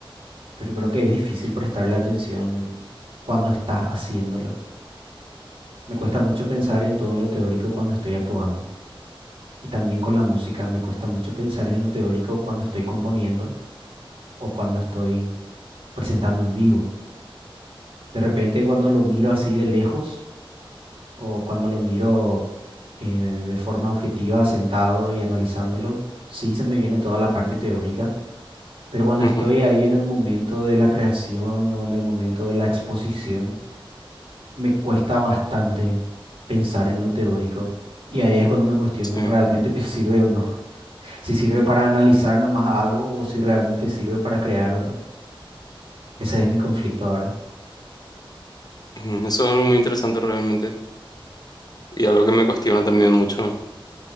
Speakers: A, on the right; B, on the left.
A: pero creo que es difícil prestarle atención cuando estás haciéndolo. Me cuesta mucho pensar en todo lo teórico cuando estoy actuando. Y también con la música, me cuesta mucho pensar en lo teórico cuando estoy componiendo o cuando estoy presentando en vivo. De repente cuando lo miro así de lejos, o cuando lo miro eh, de forma objetiva, sentado y analizándolo, sí se me viene toda la parte teórica, pero cuando
B: Ujú,
A: estoy ahí en el momento de la creación o en el momento de la exposición, me cuesta bastante pensar en lo teórico. Y ahí es cuando me cuestiono
B: sí.
A: realmente <laughs> si sirve o no. Si sirve para analizar nomás algo o si realmente sirve para crear o no. Ese es mi conflicto ahora.
B: Ujú, Eso es algo muy interesante realmente y algo que me cuestiona también mucho.